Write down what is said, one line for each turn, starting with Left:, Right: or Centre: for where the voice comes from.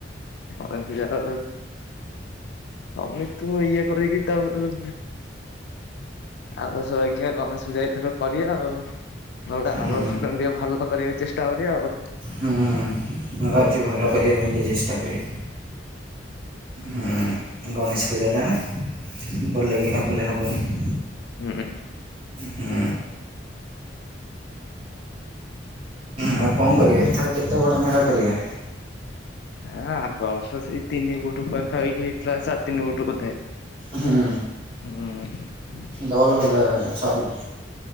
Left: ହଁ ସେଟା ତମେ ତ ଇଏ କରିକି ତାପରେ ଆର ବର୍ଷ ବାଗିଆ ଗଣେଶ ପୂଜା ଏଥର କରିବା ଆଉ। ନହେଲେ ଆର
Right: ହୁଁ
Left: ବର୍ଷ ଠାରୁ ଟିକେ ଭଲ କରିବାକୁ ଚେଷ୍ଟା କରିବା ଆଉ।
Right: ହୁଁ। ମୁଁ ଭାବୁଛି ଭଲ କରିବା ପାଇଁ ଟି ଚେଷ୍ଟା କରିୟା। ହଁ ଗଣେଶ ପୂଜାଟାନା। ଭଲ କିନା କଲେ ହବନି।
Left: ହୁଁ।
Right: ହୁଁ ହଁ ଆଉ କଣ କରିବା ଏଥର କେତେ ବଡ଼ ମେଢ କରିବା।
Left: ହଁ ଆର ବର୍ଷ ସେଇ ତିନି ଫୁଟ ପାଖା ହେଇକି ହେଇଥିଲା ସାଢ଼େ ତିନି ଫୁଟ ବୋଧେ
Right: ହଁ।
Left: ହଁ।
Right: ଡବଲ କରିଦେବା ଏ <unintelligible> ବର୍ଷ ଛଅଫୁଟ୍।